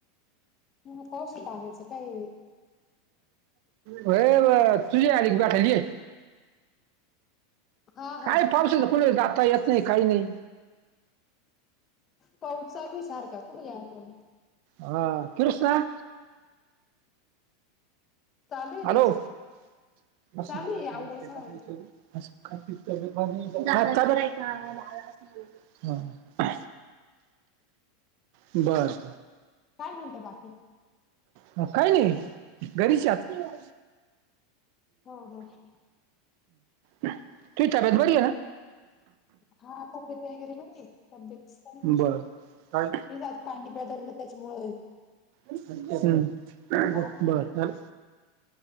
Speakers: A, on the left; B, on the right.
A: ह्या पावसा पाण्याचं काय
B: व्हय तुझी आली की भेटायला ये.
A: हा हा
B: काय पाऊसच कुठे जाता येत नाही काही नाही.
A: पाऊस चालूय आहे सारखा कुठे माल तुम्ही?
B: हा कृष्णा?
A: चालू आहे
B: हॅलो.
A: त्याच
B: <inaudible> <unintelligible>
A: चालू आहे आवरायचं <inaudible>
B: बर.
A: काय म्हणता बाकी?
B: अ काय नाही घरीचय आता.
A: हो घरी.
B: तुई तब्येत बरीये ना?
A: हा तब्येत वगैरे बरिय तब्येतच काही नाही
B: बर काय
A: हेच आज पाणी बदललं त्याच्यामुळ
B: हम्म
A: वाढलं
B: बर.
A: ना